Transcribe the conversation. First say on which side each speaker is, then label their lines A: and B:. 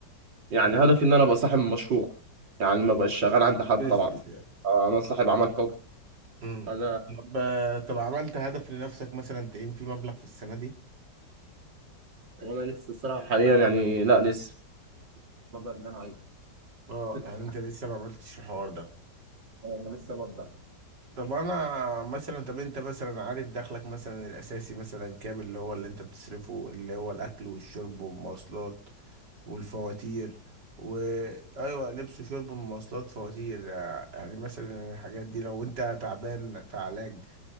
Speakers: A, on the right; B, on the right.
A: يعني هدفي ان انا ابقى صاحب مشروع يعني ما بقاش شغال عند حد
B: بيزنس
A: طبعا آه، انا صاحب عمل حر
B: امم
A: انا
B: طب آه، طب عملت هدف لنفسك مثلا تعين فيه مبلغ في السنة دي؟
A: وانا لسه الصراحه حاليا يعني لا لسه ببدأ ان انا اعيش
B: اه
A: فكرة
B: يعني
A: الحياة.
B: انت لسه ما عملتش الحوار ده
A: انا لسه ببدأ
B: طب انا مثلا طب انت مثلا عارف دخلك مثلا الاساسي مثلا كام اللي هو اللي انت بتصرفه اللي هو الاكل والشرب والمواصلات والفواتير و ايوه لبس وشرب ومواصلات فواتير آه، يعني مثلا الحاجات دي لو انت تعبان في علاج